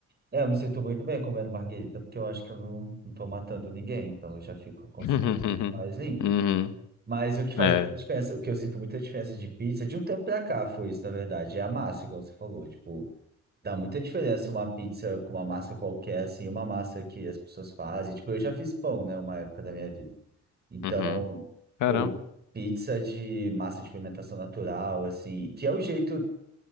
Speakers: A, on the right; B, on the left.
A: É, eu me sinto muito bem comendo marguerita, porque eu acho que eu não, não tô matando ninguém, então eu já fico com consciência
B: Uhum.
A: mais limpa.
B: Uhum.
A: Mas o que faz
B: É.
A: muita diferença, o que eu sinto muita diferença de pizza, de um tempo pra cá foi isso, na verdade, é a massa, igual você falou. Tipo, dá muita diferença uma pizza com uma massa qualquer, assim, uma massa que as pessoas fazem. Tipo, eu já fiz pão, né, uma época da minha vida. Então,
B: Uhum. Caramba.
A: pô, pizza de massa de fermentação natural, assim, que é o jeito,